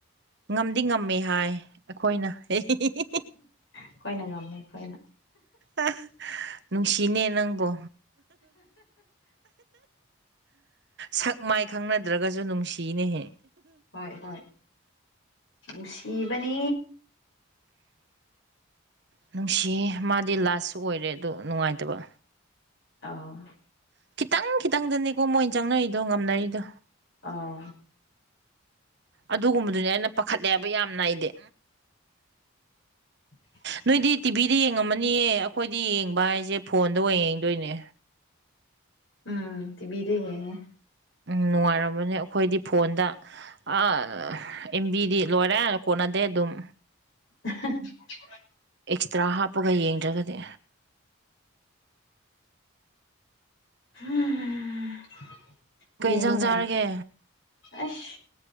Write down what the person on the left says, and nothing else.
ꯑꯈꯣꯏꯅ ꯉꯝꯃꯦ ꯑꯈꯣꯏꯅ
ꯍꯣꯏ ꯍꯣꯏ ꯅꯨꯡꯁꯤꯕꯅꯤ
ꯑ
ꯑꯥ
<inaudible> <unintelligible>
ꯎꯝ ꯇꯤꯕꯤꯗ ꯌꯦꯡꯉꯦ
<unintelligible>
ꯎꯝ
ꯌꯦꯉꯣꯅꯦ
ꯑꯁ